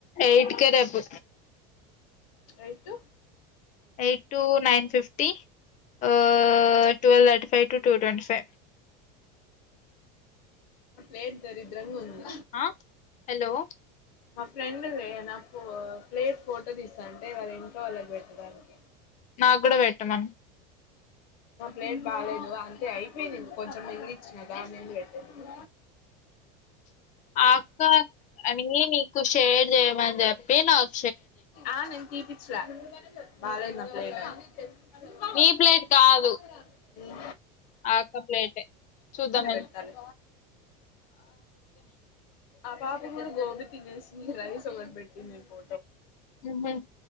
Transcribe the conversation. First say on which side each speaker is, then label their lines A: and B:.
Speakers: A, on the left; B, on the left.
A: ఎయిట్ కే రేపు
B: ఎయ్టు.
A: ఎయ్టూ నైన్ ఫిఫ్టి ఓ twelve thirty five two two twenty five.
B: Plate దరిద్రంగుంది.
A: అ హెలో.
B: మ ఫ్రెండ్ మె న ఫో ప్లేట్ ఫోటో దీస్తాంటె వాళ్ళింట్లో వాళ్ళక్ బెట్టడానికి.
A: నాకు కూడా పెట్టమను
B: నా ప్లేట్ బాలేదు. అంతే అయిపోయింది కొంచెం మిగిలిచ్చిన దాన్నేంది పెట్టేదని
A: ఆ అక్క అని నీకు షేర్ చేయమని చెప్ ఏ నాక్
B: ఆ నిన్ తీపి చ్లా బాలేద్ నా ప్లేట్ అన్
A: నీ
B: వస్తన్నాయిచ్చ
A: ప్లేట్ కాదు
B: ఇ
A: ఆ ఆక ప్లేటె చూద్దమన్
B: పెడతాలే ఆ పాప కూడా గోబీ తినేసి రైస్ ఒకటి పెట్టింది పో
A: ఏమే